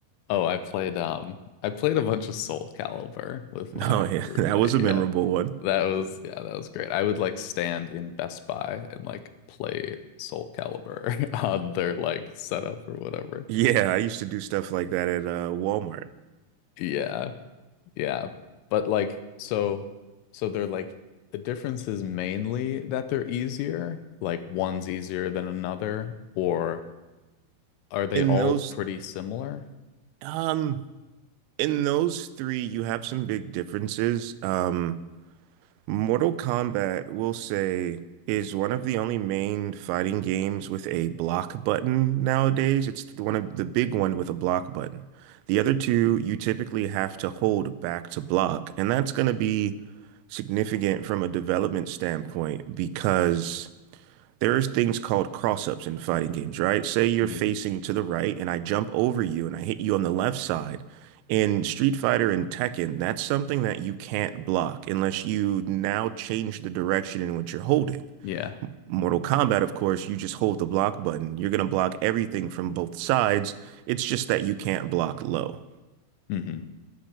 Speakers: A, on the left (about 80°); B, on the right (about 85°).
A: Oh, I played um I played a bunch of Soul Calibur with
B: No,
A: my
B: yeah,
A: roommate.
B: <laughs> that was a
A: Yeah.
B: memorable one.
A: That was yeah, that was great. I would like stand in Best Buy and like play Soul Calibur <laughs> on their like setup or whatever.
B: Yeah, I used to do stuff like that at uh, Walmart.
A: Yeah. Yeah. But like so so they're like the difference is mainly that they're easier, like one's easier than another, or are they
B: In
A: all
B: those,
A: pretty similar?
B: um, in those three, you have some big differences. Um, Mortal Kombat, we'll say, is one of the only main fighting games with a block button nowadays. It's the one of the big one with a block button. The other two, you typically have to hold back to block, and that's going to be significant from a development standpoint because. There's things called cross-ups in fighting games, right? Say you're
A: Mhm.
B: facing to the right and I jump over you and I hit you on the left side. In Street Fighter and Tekken, that's something that you can't block unless you now change the direction in which you're holding.
A: Yeah.
B: Mortal Kombat, of course, you just hold the block button. You're going to block everything from both sides. It's just that you can't block low.
A: hmm